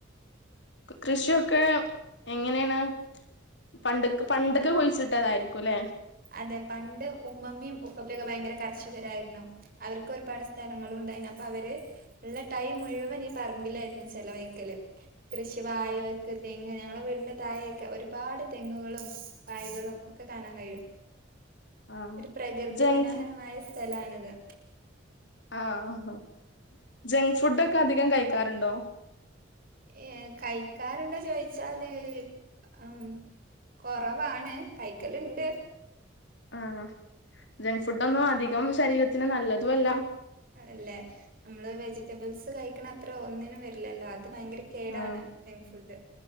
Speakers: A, on the left; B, on the right.
A: കൃഷിയൊക്കെ എങ്ങനെണ് പണ്ടെക് പണ്ടെക്ക് കുഴിച്ചിട്ടതായിരിക്കും ല്ലെ.
B: അതെ പണ്ട് ഉമ്മമ്മിം ഉപ്പപ്പൊക്കെ ഭയങ്കര കർഷകരായിര്ണു. അവർക്ക് ഒരുപാട് സ്ഥലങ്ങളൂണ്ടായ്ന് അപ്പവര് ഇള്ള ടൈം മുഴുവൻ ഈ പറമ്പിലായിരുന്നു ചെലവഴിക്കല്. കൃഷി വായ
A: ഉം
B: വെക്ക് തെങ്ങ് ഞങ്ങളുടെ വീടിന്റെ തായെയൊക്കെ ഒരുപാട് തെങ്ങുകളും വായകളും ഒക്കെ കാണാൻ കഴിയും.
A: ആഹ്
B: ഒരു പ്രകൃതി
A: ജങ്ക്സ്
B: മനോഹരമായ സ്ഥലാണിത്.
A: ആഹ് ആഹ്. ജങ്ക് ഫുഡൊക്കെ അധികം കഴിക്കാറുണ്ടോ?
B: ഏഹ് കഴിക്കാറുണ്ടോ ചോയിച്ചാല് ആം കൊറവാണ് കയിക്കല്ണ്ട്.
A: ആഹ്. ജങ്ക് ഫുഡൊന്നും അധികം ശരീരത്തിന് നല്ലതു അല്ല.
B: അതല്ലേ നമ്മള് വെജിറ്റബിൾസ് കഴിക്ക്ണ അത്ര ഒന്നിനും വരില്ലല്ലോ അത് ഭയങ്കര കേടാണ്
A: ആഹ്
B: ജങ്ക് ഫുഡ്.